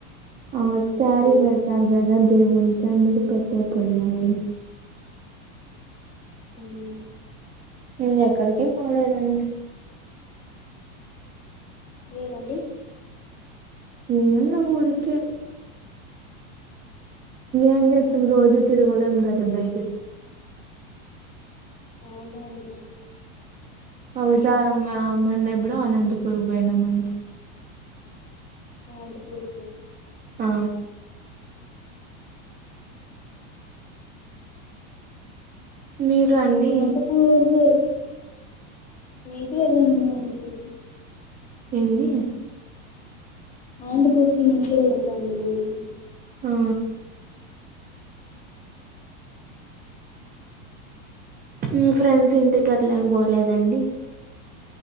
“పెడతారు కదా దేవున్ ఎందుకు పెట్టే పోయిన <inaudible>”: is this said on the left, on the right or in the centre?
Right